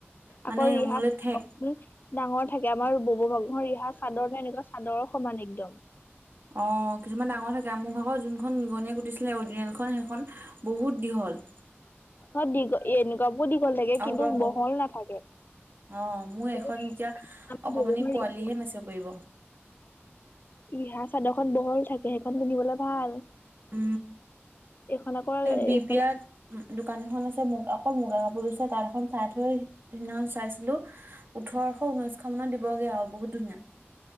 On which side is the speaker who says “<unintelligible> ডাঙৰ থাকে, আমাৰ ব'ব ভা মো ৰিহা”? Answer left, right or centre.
Left